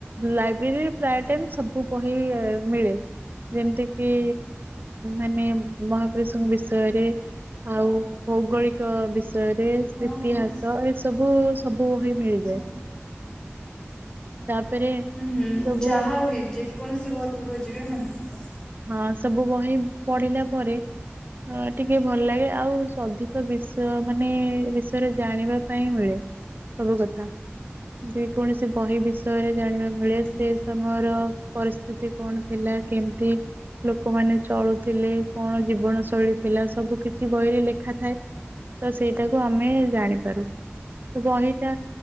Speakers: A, on the right (about 50°); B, on the left (about 15°).
A: ଲାଇବ୍ରେରୀରେ ପ୍ରାୟ ଟାଇମ ସବୁ ବହି ମିଳେ। ଯେମିତିକି ମାନେ ମହାପୁରୁଷଙ୍କ ବିଷୟରେ। ଆଉ ଭୌଗୋଳିକ ବିଷ ୟରେ
B: ହଁ
A: ଇତିହାସ
B: ହଁ
A: ଏ ସବୁ ସବୁ ବହି ମିଳିଯାଏ।
B: ହଁ।
A: ତାପରେ
B: ହଁ
A: ଏସବୁ
B: ଯାହାବି ଯେକୌଣସି ବହି ବ ଖୋଜିବେ ମିଳଯିବ।
A: ହଁ ସବୁ ବହି ପଢିଲା ପରେ ହ ଟିକେ ଭଲ ଲାଗେ, ଆଉ ଅଧିକ ବିଷୟ ମାନେ ବିଷୟରେ ଜାଣିବା ପାଇଁ ମିଳେ। ସବୁ କଥା ଯେ କୌଣସି ବହି ବିଷୟରେ ଜାଣିବାକୁ
B: ହୁଁ
A: ମିଳେ, ସେ ସମୟର ପରିସ୍ଥିତି କଣ ଥିଲା କେମିତି ଲୋକମାନେ ଚଳୁଥିଲେ। କଣ ଜୀବନ ଶୈଳୀ ଥିଲା? ସବୁ କିଛି ବହିରେ ଲେଖା ଥାଏ। ତ ସେଇଟାକୁ ଆମେ ଜାଣିପାରୁ। ବହିଟା